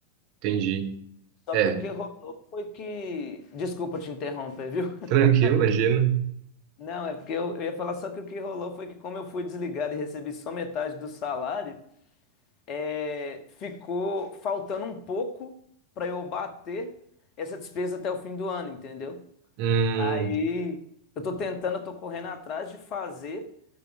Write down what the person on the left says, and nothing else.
Só
que o que rolou foi que. Desculpa te interromper, viu? <laughs>
Não, é porque eu, eu ia falar só que o que rolou foi que como eu fui desligado e recebi só metade do salário, é, ficou faltando um pouco para eu bater essa despesa até o fim do ano, entendeu?
Aí eu tô tentando, eu tô correndo atrás de fazer